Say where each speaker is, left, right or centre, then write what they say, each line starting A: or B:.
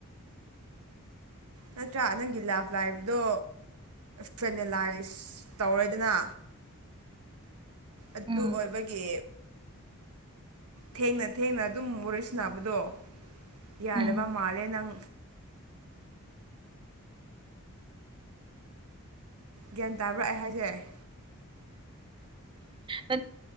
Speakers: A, on the right; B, on the right.
A: ꯅꯠꯇ꯭ꯔꯥ ꯅꯪꯒꯤ ꯂꯥꯞ ꯂꯥꯏꯕꯗꯣ ꯐꯦꯅꯦꯂꯥꯏꯁ ꯇꯧꯔꯣꯏꯗꯅ ꯑꯗꯨ
B: ꯎꯝ
A: ꯑꯣꯏꯕꯒꯤ ꯊꯦꯡꯅ ꯊꯦꯡꯅ ꯑꯗꯨꯝ ꯋꫪꯤ ꯁꯅꯕꯗꯣ ꯌꯥꯗꯕ
B: ꯎꯝ
A: ꯃꯥꯜꯂꯦ ꯅꯪ ꯒ꯭ꯌꯥꯟ ꯇꯥꯕꯔꯛꯑꯦ ꯍꯥꯏꯁꯦ
B: ꯃꯦ